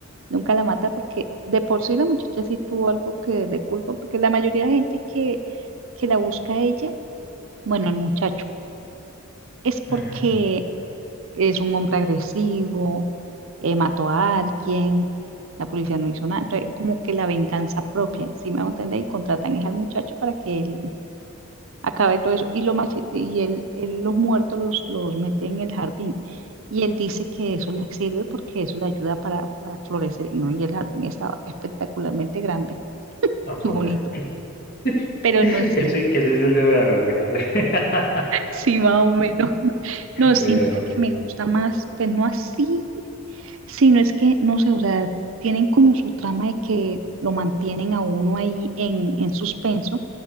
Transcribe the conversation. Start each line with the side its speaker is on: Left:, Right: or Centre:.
Right: Nunca la mata porque de por sí la muchacha sí tuvo algo que de culpa, porque la mayoría de gente que, que la busca a ella, bueno, el muchacho, es porque
Left: Ujú.
Right: es un hombre agresivo, eh, mató a alguien, la policía no hizo nada, entonces como que la venganza propia, si me hago entender? Y contratan es al muchacho para que él acabe todo eso. Y, lo más, y él, él los muertos los, los mete en el jardín. Y él dice que eso le sirve porque eso le ayuda para, para florecer, ¿no? Y el jardín estaba espectacularmente grande. <laughs>
Left: Ah,
Right: y
Left: pues
Right: bonito.
Left: mira. <laughs>
Right: Pero
Left: Que
Right: no, sí,
Left: sí, que sí se le al final. <laughs>
Right: sí, más o menos. <laughs> No, sí,
Left: Bien,
Right: mira
Left: bien.
Right: que me gusta más, pues no así, sino es que, no sé, o sea, tienen como su trama de que lo mantienen a uno ahí en, en suspenso